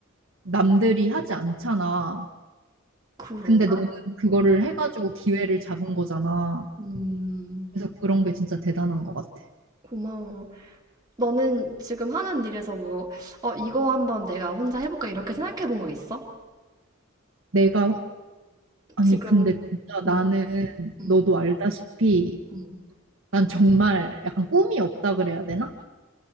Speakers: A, on the right; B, on the right.
A: 남들이 하지 않잖아.
B: 그런가?
A: 근데 너는 그거를
B: 음.
A: 해가지고 기회를 잡은 거잖아.
B: 음.
A: 그래서 그런 게 진짜 대단한 것 같아.
B: 고마워. 너는 지금 하는 일에서 뭐, 어, 이거 한번 내가 혼자 해볼까? 이렇게 생각해 본 거 있어?
A: 내가, 아니,
B: 지금,
A: 근데 진짜 나는
B: 음, 음,
A: 너도 알다시피
B: 음,
A: 난 정말 약간 꿈이 없다 그래야 되나?